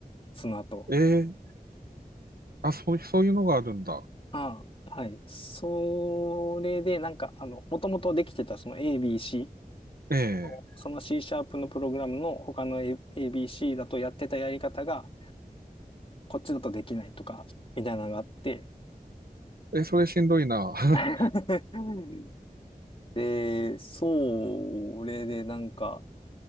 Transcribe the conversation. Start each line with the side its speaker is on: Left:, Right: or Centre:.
Left: その後。
Right: ええ、あ、そう、そういうのがあるんだ。
Left: ああ、はい。それで、なんか、あの、もともとできてたその ABC、
Right: え
Left: その、その C シャープのプログラムの他の A- ABC だとやってたやり方が、こっちだとできないとか、みたいなのがあって、
Right: え。え、それしんどいな。<laughs>
Left: <laughs> で、それでなんか、